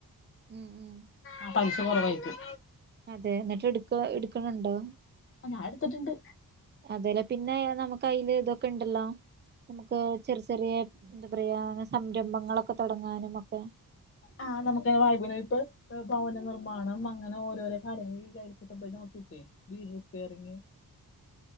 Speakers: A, on the right; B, on the left.
A: ഉം ഉം
B: ആഹ്, പല്ശ കൊറവായിരിക്കും.
A: അതെ, ന്ന്ട്ട് ഇട്‌ക്കൊ ഇട്ക്ക്ണ്‌ണ്ടൊ?
B: അ ഞാ എട്ത്ത്ട്ട്ണ്ട്.
A: അതെല്ലെ, പിന്നെ നമുക്ക് അയ്ല്തൊക്കെണ്ടല്ലോ? നമുക്ക് ചെറ് ചെറിയെ എന്താ പറയാ സംരംഭങ്ങളൊക്കെ തൊടങ്ങാനും ഒക്കെ.
B: ആഹ്, നമുക്ക് വായ്ഭ്നയ്പ്പ്, ഭവന നിർമ്മാണം അങ്ങനെ ഓരോരോ കാര്യങ്ങള് വിചാര്ച്ചിട്ടപ്പോതോക്കെ. <unintelligible> വീട് റിപ്പയറിംഗ്